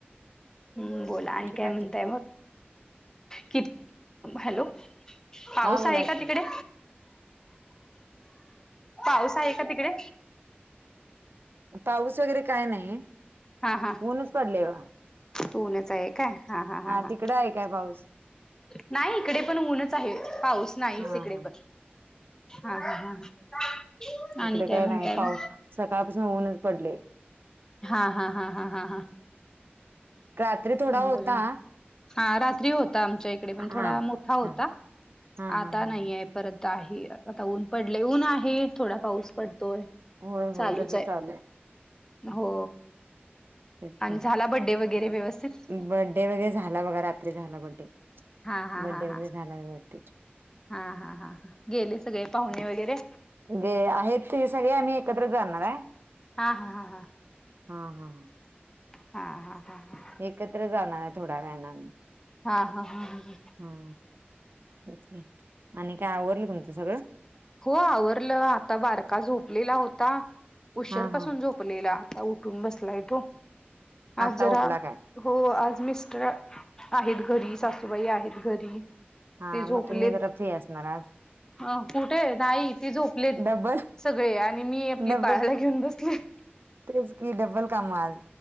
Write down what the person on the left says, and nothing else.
हम्म बोला आणि
काय
म्हणताय मग किट हॅलो. पाऊस
आहे का
तिकडे? पाऊस आहे का तिकडे?
हा हा
ऊनच आये काय हा हा हा हा,
नाही इकडे पण ऊनच आहे. पाऊस नाहीच
इकडे
पण. हा हा हा, हा
आणि
म्हणताय
मग
हा हा हा हा हा हा,
बोला ना हा रात्री होता आमच्या इकडे पण
थोडा
मोठा होता.
आता
नाहीये. परत आहे आता ऊन पडले ऊन आहे थोडा पाऊस पडतोय.
चालूच
आहे.
हो.
आनं
झाला बड्डे वगैरे व्यवस्थित?
हा हा
हा
हा
हा हा हा हा, गेले सगळे पाहुणे वगैरे?
हा हा हां हा,
हा हा हा हा,
हा हा हा हम हम,
हो आवरलं. आता बारका झोपलेला होता. उशीर
पाासून
झोपलेला. ता उठून बसलाय तो. आज
जरा
हो आज मिस्टर आहेत घरी. सासूबाई आहेत घरी.
ते झोपलेत
अ कुठे, नाई ती झोप लेत
सगळे आणि मी आपली
बाळाला घेऊन बसले.